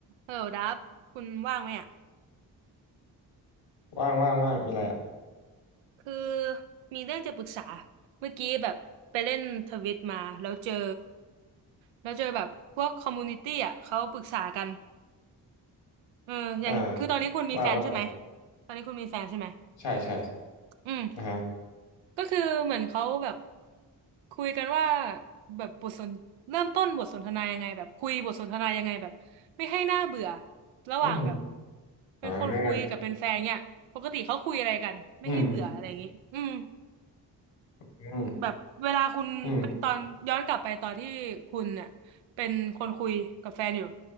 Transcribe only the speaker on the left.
ว่างว่างว่างมีอะไรอ่ะ
อ่าว่าว่าไป
ใช่ใช่ใช่
อ่าฮะ
อืม
อ่าอืมอืมอืม
อืม